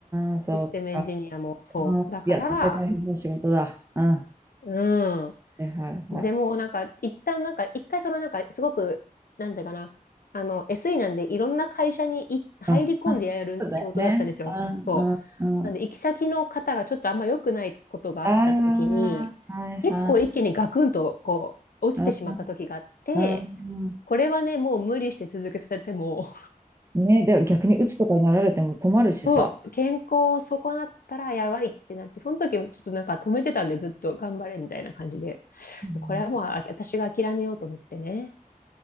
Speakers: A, on the right; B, on the left.
A: ああそっか。
B: システムエンジニアもそう。
A: あーいや、
B: だから、
A: 絶対大変な仕事だ。うん。は
B: う
A: いはいはい。
B: ん。でもなんか、一旦なんか、一回そのなんか、すごく、なんだかな、あの、SE なんでいろんな会社にい入り込んでやる仕事だったんですよ。
A: うん。うんそうだよね。うん、
B: そう。
A: うん、
B: なんで、
A: うん。
B: 行き先の方がちょっとあんま良くないことがあった時に、
A: ああ、はいはい。
B: 結構一気にガクンとこう、落ちてしまった時があって、
A: うん、うんう
B: これはね、もう無理して続けさせても、
A: ん。ね、で、逆に鬱とかになられても困るしさ。
B: そう、健康を損なったらやばいってなって、その時もちょっとなんか止めてたんで、ずっと頑張れみたいな感じで、
A: うん、
B: これはもうあ私が諦めようと思ってね、